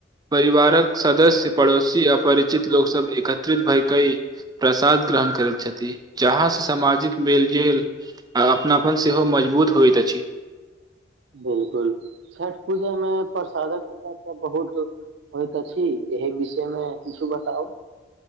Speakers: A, on the right; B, on the right.
A: परिवारक सदस्य पड़ोसी आ परिचित लोक सब एकत्रित भय के प्रसाद ग्रहण करत छथि, जहाँ से सामाजिक मेल-जेल आ अपनापन सेहो मजबूत होएत अ छी।
B: बिलकुल छठ पूजा मे प्रसादक चर्चा बहुत होएत अछि, एहि विषय मे किछो बताउ।